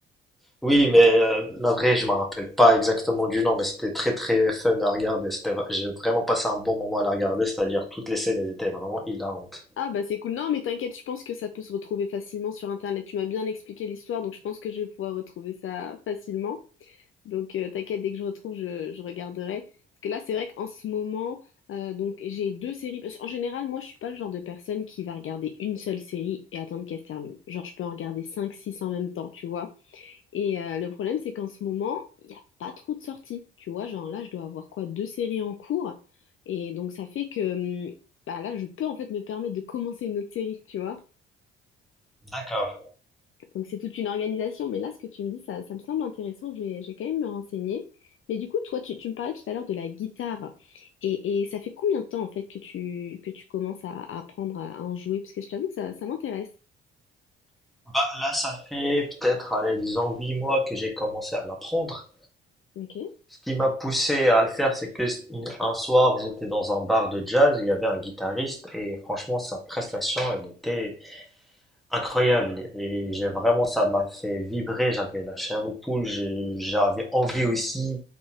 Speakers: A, in the centre; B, on the left (about 45°).
A: Oui, mais euh, la vraie, je me rappelle pas exactement du nom, mais c'était très, très fun à regarder. C'était, vra- j'ai vraiment passé un bon moment à la regarder, c'est-à-dire toutes les scènes elles étaient vraiment hilarantes.
B: Ah bah c'est cool. Non, mais t'inquiète, je pense que ça peut se retrouver facilement sur Internet. Tu m'as bien expliqué l'histoire, donc je pense que je vais pouvoir retrouver ça facilement. Donc, euh, t'inquiète, dès que je retrouve, je, je regarderai. Parce que là, c'est vrai qu'en ce moment, euh, donc j'ai deux séries. Parce qu'en général, moi, je suis pas le genre de personne qui va regarder une seule série et attendre qu'elle se termine. Genre, je peux en regarder 5, 6 en même temps, tu vois. Et euh, le problème, c'est qu'en ce moment, il n'y a pas trop de sorties. Tu vois, genre là, je dois avoir quoi? Deux séries en cours. Et donc, ça fait que hum, bah, là, je peux en fait me permettre de commencer une autre série, tu vois.
A: D'accord.
B: Donc c'est toute une organisation. Mais là, ce que tu me dis, ça, ça me semble intéressant. Je vais, je vais quand même me renseigner. Mais du coup, toi, tu, tu me parlais tout à l'heure de la guitare. Et, et ça fait combien de temps, en fait, que tu, que tu commences à, à apprendre à, à en jouer? Parce que je t'avoue que ça, ça m'intéresse.
A: Bah, là, ça fait peut-être, allez, disons, huit mois que j'ai commencé à l'apprendre.
B: Ok.
A: Ce qui m'a poussé à le faire, c'est que une- un soir, j'étais dans un bar de jazz, il y avait un guitariste, et franchement, sa prestation, elle était Incroyable et j'ai vraiment ça m'a fait vibrer, j'avais la chair aux poules, j'ai- j'avais envie aussi